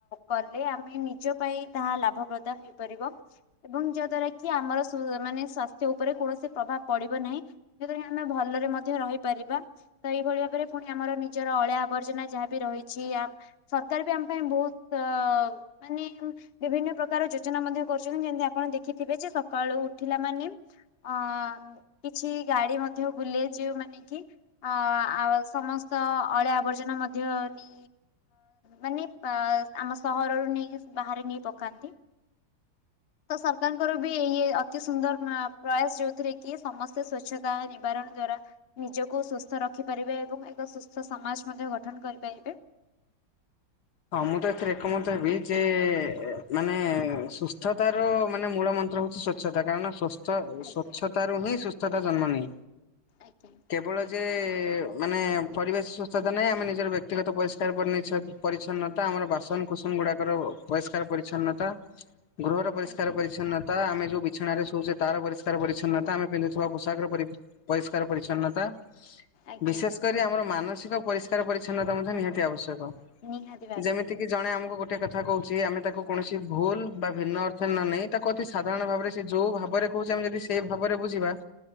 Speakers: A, on the left; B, on the left.
A: କଲେ ଆମେ ନିଜ ପାଇଁ ତାହା ଲାଭପ୍ରଦ ହେବ ଏବଂ ଯାହା ଦ୍ଵାରା କି ଆମର ମାନେ ସ୍ଵାସ୍ଥ୍ୟ ଉପରେ କୌଣସି ପ୍ରଭାବ ପଡିବ ନାହିଁ। ଯେଥି ଆମେ ଭଲରେ ମଧ୍ୟ ରହିପାରିବା। ତ ଏଇଭଳି ଭାବରେ ପୁଣି ଆମର ନିଜର ଅଳିଆ ଆବର୍ଜନା ଯାହାବି ରହିଛି ଆ ସରକାର ବି ଆମ ପାଇଁ ବହୁତ ମାନେ ବିଭିନ୍ନ ପ୍ରକାର ଯୋଜନା ମଧ୍ୟ କରୁଛନ୍ତି ଯେମତି ଆପଣ ଦେଖ ଦେଖିଥିବେ ଯେ ସକାଳୁ ଉଠିଲା ମାନେ ଅ କିଛି ଗାଡି ମଧ୍ୟ ବୁଲେ ଯୋଉ ମାନେ କି ଅ ଆଉ ସମସ୍ତ ଅଳିଆ ଆବର୍ଜନା ମଧ୍ୟ ନି ମାନେ ଆମ ସହରରୁ ନେଇକି ବାହାରେ ନେଇ ପକାନ୍ତି। ତ ସରକାରଙ୍କର ବି ଇଏ ଅତି ସୁନ୍ଦର ପ୍ରୟାସ ଯୋଉଥିରେ କି କି ସମସ୍ତେ ସଵଚ୍ଛତା ନିବାରଣ ଦ୍ଵାରା ନିଜକୁ ସୁସ୍ଥ ରଖିପାରିବେ ଏବଂ ଏକ ସୁସ୍ଥ ସମାଜ ମଧ୍ୟ ଗଠନ କରିପାରିବେ।
B: ହଁ ମୁଁ ତ ଏଥିରେ ଏକମତ ହେବି ଯେ ମାନେ ସୁସ୍ଥତାର ମାନେ ମୂଳ ମନ୍ତ୍ର ହଉଛି ସ୍ୱ ସ୍ୱଚ୍ଛତା କାରଣସ୍ ସ୍ୱଚ୍ଛତା
A: ଆଜ୍ଞା
B: ର ହିଁ ସୁସ୍ଥତା ଜନ୍ମ ନି
A: ଆଜ୍ଞା।
B: କେବଳ ଯେ ମାନେ ପରିବେଶ ସୁସ୍ଥତା ନାହିଁ ଆମେ ନିଜର ବ୍ୟକ୍ତିଗତ ପରିଷ୍କାର କରି <unintelligible> ପରିଚ୍ଛନ୍ନତା ଆମର ବାସନ ଫୁସନ ଗୁଡାକର ପରିଷ୍କାର ପରିଚଛନ୍ନତା ଗୃହର ପରିଷ୍କାର
A: ଆଜ୍ଞା
B: ପରିଚ୍ଛନ୍ନତା ଆମେ ଯୋଉ ବିଛଣାରେ ଶୁଛେ ତାର ପରିଷ୍କାର ପରିଚ୍ଛନ୍ନତା ଆମେ ପିନ୍ଧୁଥିବା ପୋଷାକ ପରି ପରିଷ୍କାର ପରିଚ୍ଛନ୍ନତା।
A: ଆଜ୍ଞା
B: ବିଶେଷ କରି ଆମର ମାନସିକ ପରିଷ୍କାର ପରିଚଛନ୍ନତା ମଧ୍ୟ ନିହାତି ଆବଶ୍ୟକ।
A: <unintelligible>
B: ଯେମିତି କିି ଜଣେ ଆମକୁ ଗୋଟେ କଥା କହୁଛି ଆମେ ତାକୁ କୌଣସି ଭୁଲ ବା ଭିନ୍ନ ଅର୍ଥ ନ ନେଇ ତା ତି ସାଧାରଣ ଭାବରେ ସେ ଯୋଉ ଭାବରେ କହୁଛି ଆମେ ଯଦି ସେଇ ଭାବରେ ବୁଝିବା